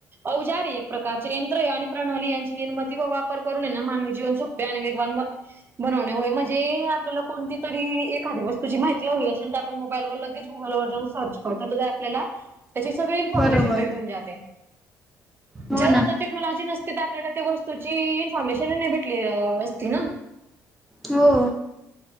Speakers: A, on the right; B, in the centre.
A: औजार ए एक प्रकारचे, यंत्र ए आणि प्रणाली यांची निर्माती व वापर करून, ए ना मानवी जीवन, सोप् पे आणि वेगवाण ब-बनवणे होय, म्हणजे आपल्याला कोणती तरी एखादी वस्तूची माहिती हवी अशेल, तर आपण मोबाईल वर लगेच गुगलवर जाऊन सर्च करतो, तरि आपल्याला त्याची सगळी इन्फॉर्मेशन
B: बरोबर
A: भेटून जाते,
B: हो
A: जर
B: ना
A: आता टेक्नॉलॉजी नसते, तर आपल्याला त्या वस्तूची, इन्फॉर्मेशन नही भेटली असती ना.
B: हो.